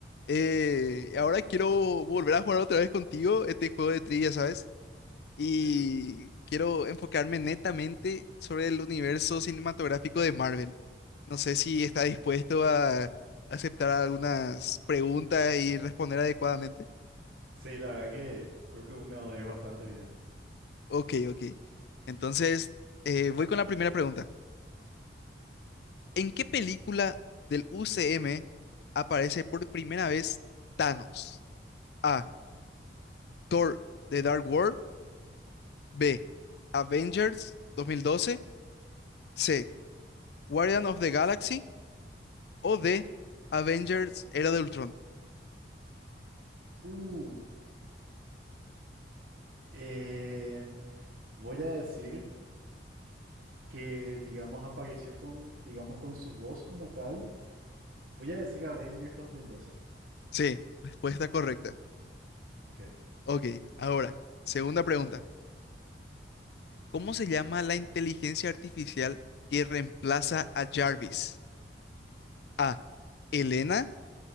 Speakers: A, on the left; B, on the right.
A: Eh, ahora quiero volver a jugar otra vez contigo este juego de trivia, ¿sabes? Y
B: Sí,
A: quiero enfocarme netamente sobre el universo cinematográfico de Marvel. No sé si está dispuesto a aceptar algunas preguntas y responder adecuadamente.
B: sí, la verdad que creo que me va a ir bastante bien.
A: Ok, ok. Entonces, eh, voy con la primera pregunta. ¿En qué película del UCM aparece por primera vez Thanos? A. Thor, The Dark World. B. Avengers 2012. C. Guardian of the Galaxy. O D. Avengers Era de Ultron.
B: Uh, eh, voy a decir que, digamos, apareció con, digamos, con su voz como tal. Voy a decir Avengers 2012.
A: Sí. Respuesta correcta.
B: Ok.
A: Ok, ahora, segunda pregunta. ¿Cómo se llama la inteligencia artificial que reemplaza a Jarvis? A. Elena.